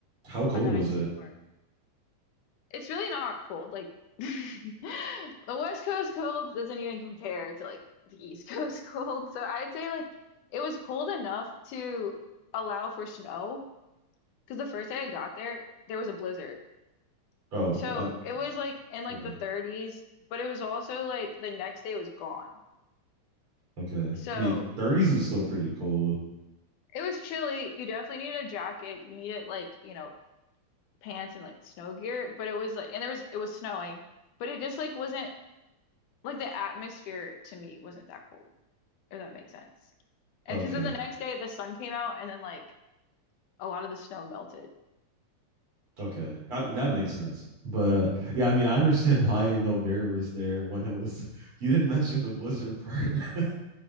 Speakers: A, on the right; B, on the left.
A: How cold
B: I thought
A: was
B: I'd
A: it?
B: see more. It's really not cold. Like <laughs> the West Coast cold doesn't even compare to like the East Coast <laughs> cold. So I'd say like it was cold enough to allow for snow Because the first day I got there, there was a blizzard.
A: Oh,
B: So
A: i
B: it was like in like
A: yeah.
B: the 30s, but it was also like the next day was gone.
A: Okay.
B: So
A: I mean, 30s is still pretty cold.
B: it was chilly. You definitely needed a jacket. You needed like, you know, pants and like snow gear, but it was like, and there was, it was snowing, but it just like wasn't like the atmosphere to me wasn't that cold, if that makes sense. And
A: Okay.
B: because then the next day the sun came out and then like a lot of the snow melted.
A: Okay. I, that makes sense. But uh, yeah, I mean, I understand <laughs> why you no know, bear was there when it was. <laughs> You didn't mention the blizzard part. <laughs>